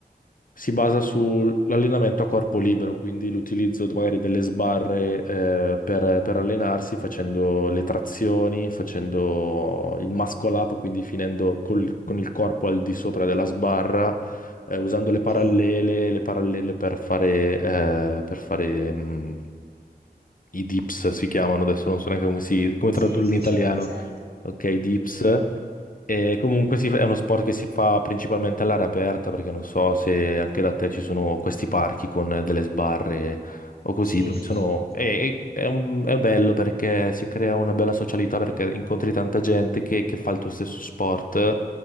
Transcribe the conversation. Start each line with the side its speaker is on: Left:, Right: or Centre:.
Left: si basa sull'allenamento a corpo libero, quindi l'utilizzo magari delle sbarre eh, per, per allenarsi, facendo le trazioni, facendo il muscle up, quindi finendo col- con il corpo al di sopra della sbarra, eh, usando
Right: Ok,
Left: le parallele, le parallele per fare, eh, per fare mm, i dips si chiamano adesso, non so neanche come si, come
Right: sì,
Left: tradurli
Right: sì,
Left: in italiano.
Right: sì, ho presente,
Left: Ok, i dips.
Right: sì,
Left: E comunque si fa- è uno sport che si fa principalmente all'aria aperta, perché non so se anche da te ci sono questi parchi con eh, delle sbarre o così,
Right: sì,
Left: dove
Right: sì,
Left: sono...
Right: sì, sì. Sì.
Left: E, e- è, un- è bello perché si crea una bella socialità, perché incontri tanta gente che, che fa il tuo stesso sport